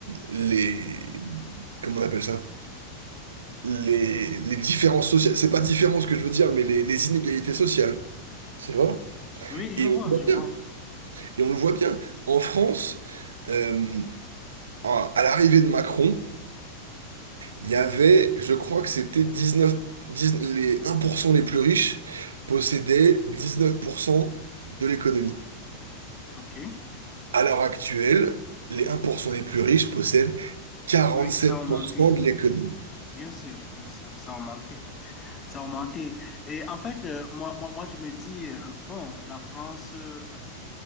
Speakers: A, on the right (about 65°); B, on the left (about 25°).
A: les, comment on appelle ça? Les, les différences sociales. C'est pas différence que je veux dire, mais les, les inégalités sociales. C'est voilà.
B: oui, je
A: Et
B: vois,
A: on le voit
B: je vois.
A: bien. Et on le voit bien. En France, euh, à à l'arrivée de Macron, il y avait, je crois que c'était 19, 10 les 1% les plus riches possédaient 19% de l'économie.
B: OK.
A: À l'heure actuelle, les 1% les plus riches possèdent 47%
B: Oui, ça a augmenté.
A: de l'économie.
B: Bien sûr, bien sûr, ça a augmenté. Ça a augmenté. Et en fait, euh, moi, moi, moi, je me dis, euh, bon, la France euh,